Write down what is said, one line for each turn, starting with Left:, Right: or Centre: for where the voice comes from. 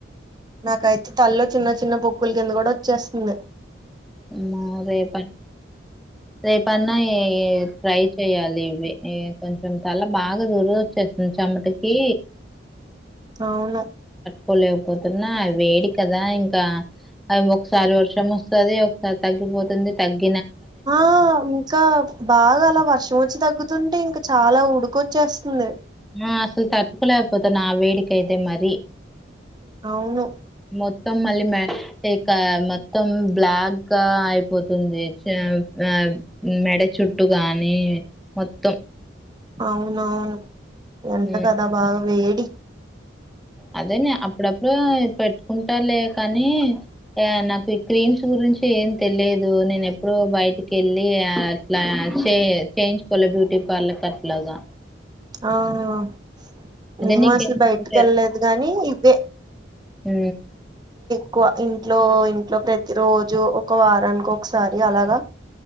Right: నాకైతే తల్లో చిన్న చిన్న పొక్కుల కింద కూడ వచ్చేస్తంది
Centre: అమ్మ రేపన్ రేపన్నా ఏ ఏ ఫ్రై చేయాలి ఇవ్వి ఈ కొంచెం తల బాగా దురదచ్చేస్తుంది చెమటకీ
Right: అవును
Centre: కొలేకపోతున్నా అవేడి కదా ఇంకా అవి ఒకసారి వర్షం ఓస్తది ఒ సారి తగ్గిపోతుంది తగ్గి
Right: ఆ ఇంక బాగా అలా వర్షం వచ్చి తగ్ తుంటే ఇంక చాలా ఉడుకచ్చేస్తుంది
Centre: అ అసల్ తట్టుకోలేకపోతున్న ఆ వేడికయితే మరి
Right: అవును
Centre: మో త్తం మళ్ళీ మే డీ కా మొత్తం బ్లాక్ గా అయిపోతుంది చా మా మెడ చుట్టు గానీ మొత్తం
Right: అవునవును ఎంత
Centre: ఉమ్
Right: కదా బాగా వేడి
Centre: అదేనే అప్పుడప్పుడు పెట్టుకుంట లే కనీ ఎ యాన్నక్ ఈ క్రీమ్స్ గురించి ఏం తెలియదు నేనెప్పుడు బయటికెళ్ళి అట్ల చే చేయించుకోలే బ్యూటీ పల్లకట్లగ
Right: ఆహ మేము
Centre: నీకేమన్నా
Right: అసల్ బయటికెళ్లేదు గానీ ఇవ్వె
Centre: ఊ
Right: క్కువ ఇంట్లో ఇంట్లో ప్రతి రోజు ఒక వారానికొకసారి అలాగా